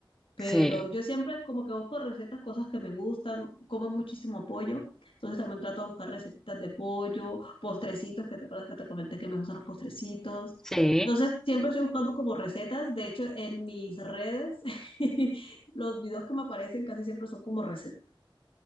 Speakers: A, on the left; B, in the centre.
A: Pero
B: <laughs> sí.
A: yo siempre como que busco recetas, cosas que me gustan, como muchísimo pollo, entonces también trato de buscar recetas de pollo, postrecitos, que te acuerdas que te comenté que me gustan los postrecitos.
B: Sí.
A: Entonces siempre estoy buscando como recetas, de hecho en mis redes <laughs> los videos que me aparecen casi siempre son como recetas.